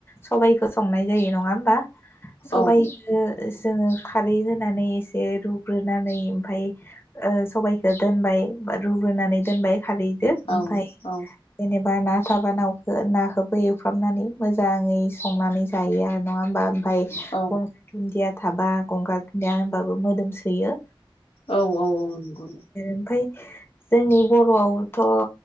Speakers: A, on the left (about 25°); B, on the left (about 80°).
A: सबायाइखौ संनाय जायो नङा होमबा सबाय
B: औ
A: खो जोङो खारै होनानै एसे रुग्रोनानै ओमफाय ओ सबायाइखो दोनबाय बा रुग्रोनानै दोनबाय खारैदो ओमफ्राय
B: औ औ
A: जेनेबा ना थाबा ना नाखौबो एवफ्रामनानै मोजाङै संनानै जायो आरो नङा होमबा ओमफाय
B: औ
A: गंगार दुदिया थाबा गंगार दुनदिया होबाबो मोदोम सोयो
B: औ औ औ नंगौ
A: ओमफ्राय जोंनि बरआवथ ओ